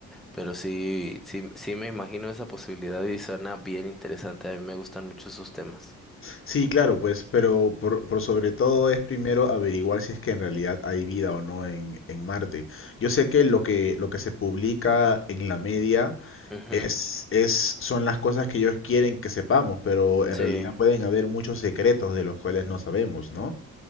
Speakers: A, in the centre; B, on the left.
A: Pero sí, sí, sí me imagino esa posibilidad y suena bien interesante. A mí me gustan mucho esos temas.
B: Sí, claro, pues, pero por, por sobre todo es primero averiguar si es que en realidad hay vida o no en, en Marte. Yo sé que lo que, lo que se publica en la media
A: Ujú,
B: es, es, son las cosas que ellos quieren que sepamos, pero en
A: Sí,
B: realidad pueden haber muchos secretos de los cuales no sabemos, ¿no?